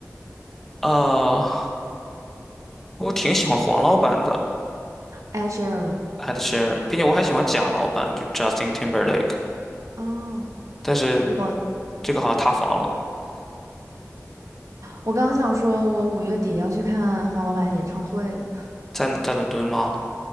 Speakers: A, in the centre; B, on the right.
A: 啊，我挺喜欢黄老板的。
B: ？Ed Sheeran 吗？
A: Ed s h e r a n 并且我还喜欢假老板，就 Justin Timberlake，
B: 哦，
A: 但是
B: 我
A: 这个好像塌房了，
B: 我刚想说，我五月底要去看黄老板演唱会的，
A: 在在伦敦吗？